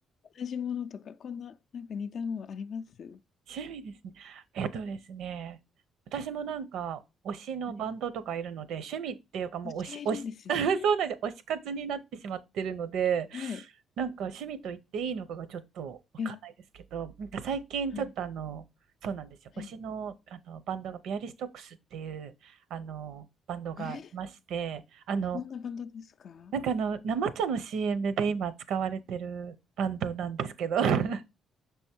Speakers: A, on the left (about 60°); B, on the right (about 80°).
A: 同じものとか、こんな、なんか似たものあります？
B: 趣味ですね。えっとですね、私もなんか推しのバンドとかいるので、
A: はい。
B: 趣味っていうかもう推し、
A: 推しがいるんですね。
B: 推し、<laughs> そうなんですよ。推し活になってしまってるので、
A: はい。
B: なんか趣味と言っていいのかがちょっとわかんないですけど、
A: いや、
B: なんか最近ちょっとあの、
A: はい、
B: そうなんですよ。
A: はい。
B: 推しの、あのバンドがビアリストックスっていうあのバンドがいまして、
A: え、
B: あの、
A: どんなバンドですか？
B: なんかあの、生茶の CM で今使われてるバンドなんですけど、<laughs>